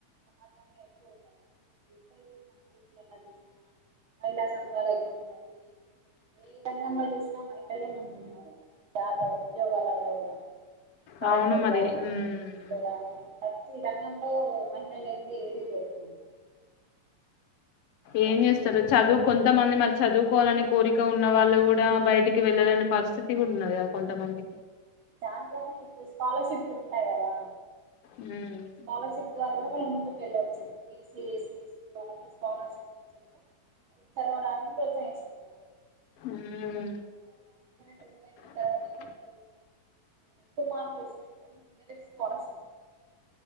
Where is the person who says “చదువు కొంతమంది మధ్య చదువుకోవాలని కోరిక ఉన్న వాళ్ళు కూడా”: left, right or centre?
Left